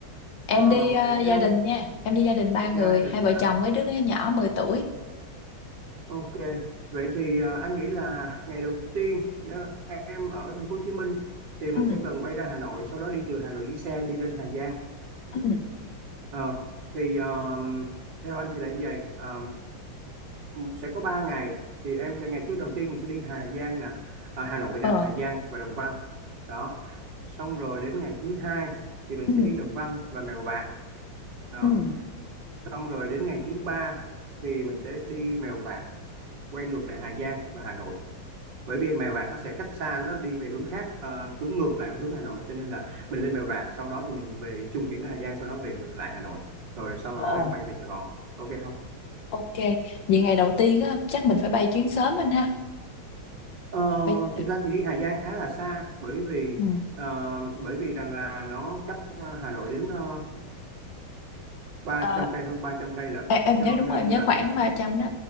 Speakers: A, on the left (about 65°); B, on the right (about 60°).
A: em
B: Ờ,
A: đi ờ, gia
B: theo
A: đình nha em đi gia đình ba
B: gia
A: người
B: đình
A: hai vợ
B: hả?
A: chồng với đứa nhỏ mười tuổi
B: Ok. Vậy thì ờ, anh nghĩ là ngày đầu tiên nếu em ở thành phố Hồ Chí Minh thì mình
A: ừ
B: sẽ cần bay ra Hà Nội, sau đó đi từ Hà Nội đi xe đi lên Hà Giang.
A: ừ
B: Ờ, thì ờ, theo anh thì là như vậy. Ờ, sẽ có ba ngày. Thì em sẽ ngày thứ đầu tiên mình sẽ đi Hà Giang nè, à, Hà Nội nè,
A: ờ
B: Hà Giang và Đồng Văn. Đó. Xong rồi đến ngày thứ hai thì mình
A: ừ
B: sẽ đi Đồng Văn và Mèo Vạc. Đó
A: ừ
B: xong rồi đến ngày thứ ba thì mình sẽ đi Mèo Vạc quay ngược lại Hà Giang và Hà Nội bởi vì Mèo Vạc nó sẽ cách xa nó đi về hướng khác ờ, hướng ngược lại hướng Hà Nội cho nên là mình lên Mèo Vạc sau đó thì mình về trung chuyển ở Hà Giang sau đó về lại Hà Nội rồi sau
A: ờ
B: đó em bay về Sài Gòn ok không
A: ok vậy ngày đầu tiên á chắc mình phải bay chuyến sớm anh ha
B: ờ,
A: bay
B: thực ra thì đi Hà Giang khá là xa bởi vì
A: ừ.
B: ờ, bởi vì rằng là nó cách ờ, Hà Nội đến ờ, ba
A: Ờ,
B: trăm cây hơn 300 cây lận
A: em em
B: cho
A: nhớ đúng
B: nên
A: rồi em nhớ
B: rằng
A: khoảng
B: là
A: 300 đó